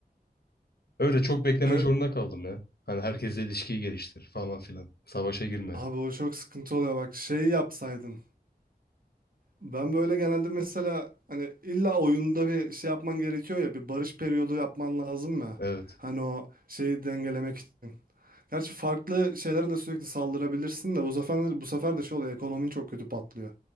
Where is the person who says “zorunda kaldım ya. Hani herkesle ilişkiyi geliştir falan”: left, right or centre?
Left